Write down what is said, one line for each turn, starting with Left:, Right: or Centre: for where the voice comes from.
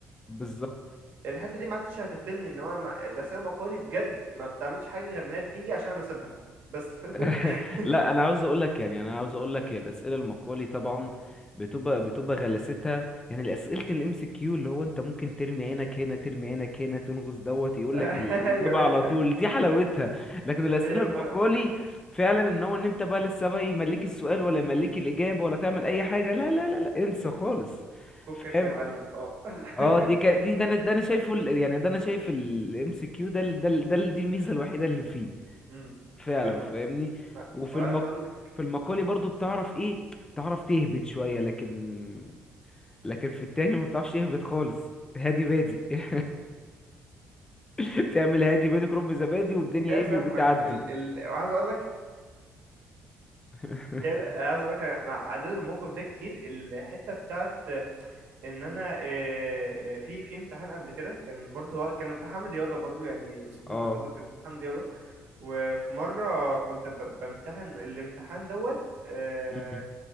Left: بالظبط
Right: الحته دي ما عادتش هتخدمني ان هو ما... الاسئله المقالي بجد ما بتعملش حاجه غير ان هي بتيجي عشان انا اسيبها بس <laughs>
Left: <laughs> لا انا عاوز اقول لك يعني انا عاوز اقول لك الاسئله المقالي طبعا بتبقى بتبقى غلستها يعني اسئله الام سي كيو اللي هو انت ممكن ترمي عينك هنا ترمي عينك هنا تنغص دوت يقول
Right: ايوه
Left: لك الاجابه
Right: ايوه
Left: على طول دي حلاوتها لكن الاسئله
Right: ايوه
Left: المقالي
Right: فاهمك
Left: فعلا ان هو ان انت بقى لسه بقى يملك السؤال ولا يملك الاجابه ولا تعمل اي حاجه لا لا لا لا انسى خالص
Right: فكك
Left: فاهم
Right: يا معلم اه <laughs>
Left: اه دي كا... دي ده انا ده انا شايفه ال... يعني ده انا شايف الام سي كيو ده ال- ده ال- ده ال- دي الميزه الوحيده اللي فيه
Right: امم
Left: فعلا
Right: فاهمك
Left: فاهمني وفي
Right: وعايز
Left: المق...
Right: اقول لك
Left: في المقالي برضو بتعرف ايه بتعرف تهبط شوية لكن لكن في التاني ما بتعرفش تهبط خالص هادي بادي <laughs> بتعمل هادي بادي كرم زبادي والدنيا
Right: ايه
Left: ايه
Right: فاهمك
Left: بتعدي
Right: ال... ال... وعايز اقول لك
Left: <laughs>
Right: إيه، عايز اقول لك انا عديت بالموقف ده كتير الحته بتاعت ان انا آه، آه، في في امتحان قبل كده كان برضه هو كان امتحان رياضه برضه يعني لسخريه
Left: اه
Right: القدر كان امتحان رياضه وفي مره كنت ب- بمتحن الامتحان دوت آه،
Left: مم.